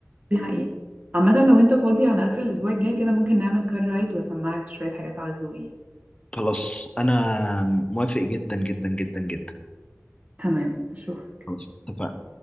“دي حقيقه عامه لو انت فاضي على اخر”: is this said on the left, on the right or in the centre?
Right